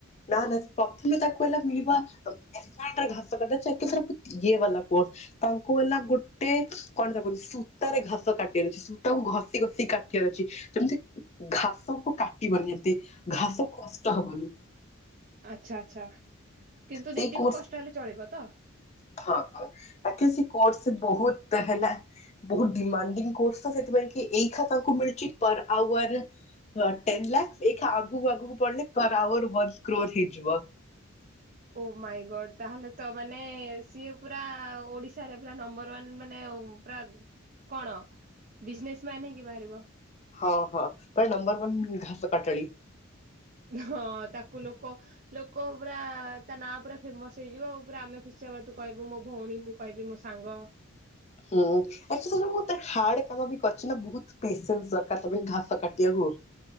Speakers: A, on the left; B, on the right.
A: ନା ନା ପ୍ରଥମେ ତାକୁ ହେଲା ମିଳିବା ଏ ଘାସ କାଟାଯାଏ ଚାକିରି ଇଏ ବାଲା ପୋ ତାଙ୍କୁ ହେଲା ଗୋଟେ କଣ ତାକୁ ସୂତାରେ ଘାସ କାଟିବାର ଅଛି ସୂତାକୁ ଘଷି ଘଷି କାଟିବାର ଅଛି। ଯେମିତି ଘାସକୁ କାଟିବନି ଯେମିତି ଘାସକୁ କଷ୍ଟ ହବନି
B: ଆଚ୍ଛା ଆଚ୍ଛା କିନ୍ତୁ
A: ସେଇ
B: ଦିଦି
A: କୋର୍ସ
B: କୁ କଷ୍ଟ ହେଲେ ଚଳିବତ
A: ହଁ ହଁ ଆକ୍ଚୁଲି ସେକୋର୍ସ ବହୁତ ହେଲା ବହୁତ ଡୀମାଣ୍ଡିଁ କୋର୍ସତ ସେଥିପାଇଁକି ଏଇ ଖାତାଙ୍କୁ ମିଳୁଛି ପର ଆୱାର ଟେନ୍ ଲାକ୍ ଏଇଟା ଆଗକୁ ଆଗକୁ ପଢିଲେ ପର ଆୱାର ୱାନ କ୍ରୋର ହେଇଯିବ।
B: ଓ ମାଇ ଗଡ ତାହେଲେତ ମାନେ ସିଏ ପୁରା ଓଡିଶାରେ ପୁରା ନମ୍ବର ୱାନ ମାନେ ପୁରା କଣ ବିଜନେସ ମାନ ହେଇକି ବାହାରିବ
A: ହଁ ହଁ ପୁରା ନମ୍ବରୱାନ ଘାସ କଟାଳି
B: ହଁ ତାକୁ ଲୋକ ଲୋକ ପୁରା ତାନାଁ ପୁରା ଫେମସ ହେଇଯିବ ଆଉ ପୁରା ଆମେ ଖୁସି ହେବା ତୁ କହିବୁ ମୋ ଭଉଣୀ କହିବି ମୋ ସାଙ୍ଗ
A: ହୁଁ ଆକ୍ଚୁଲି ମୁଁ ତ ହାର୍ଡ କାମବି କରିଛିନା ବହୁତ ପେସେନ୍ସ ଦର ତ ପାଇ ଘାସ କାଟିବାକୁ